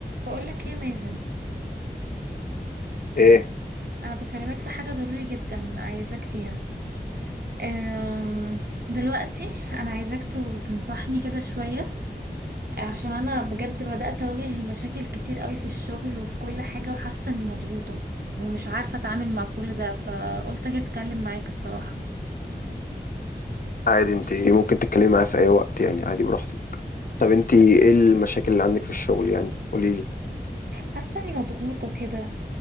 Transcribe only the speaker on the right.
بقول لك ايه يا مازن
انا بكلمك في حاجه ضروري جدا عايزاك فيها أم، دلوقتي انا عايزاك تو- تنصحني كده شويه عشان انا بجد بدات اواجه مشاكل كتير قوي في الشغل وفي كل حاجه وحاسه اني مضغوطه ومش عارفه اتعامل مع كل ده فقلت اجي اتكلم معاك الصراحه
حاسه اني مضغوطه كده